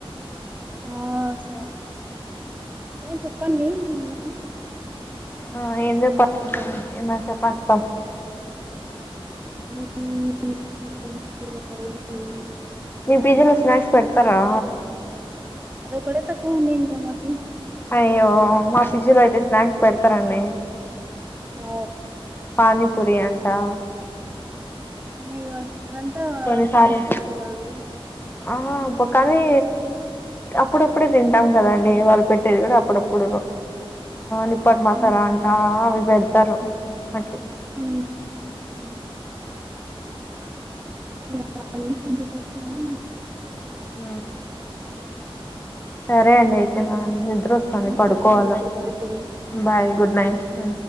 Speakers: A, on the right (about 15°); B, on the left (about 20°).
A: ఆ సరే ఏమనా చెప్పండి మొన్న
B: ఆ ఎందు ప ఏ చెప్పప్ప
A: అ
B: మీ పిజ లో స్నాక్స్ పెడతారా
A: అదో కడ తకువ నన్ గమ్ మకి
B: అయ్యో మా ఫిజి లో అయితే స్నాక్స్ పెడతారండి
A: వు
B: పనీపూరి అంటా
A: ఉ మ అదంతా
B: కొన్నిసార్లు
A: జంక్ ఫుడ్ కదా అ
B: ఆ కానీ అప్పుడప్పుడే తింటాం కదండి వాళ్ళు పెట్టేది కూడా అప్పుడప్పుడు నిప్పటి మాసారా
A: ఉమ్,
B: అంట అవి పెడతారు మకి
A: ఆ
B: ఉ
A: ఇంకా ఏం పెట్టచ్చు అని,
B: ఆ సరే అండి అయితే మా వస్తుంది
A: ఉమ్,
B: పడుకోవాలా
A: సరే అండి, అండి.
B: బాయ్ గుడ్ నైట్ అ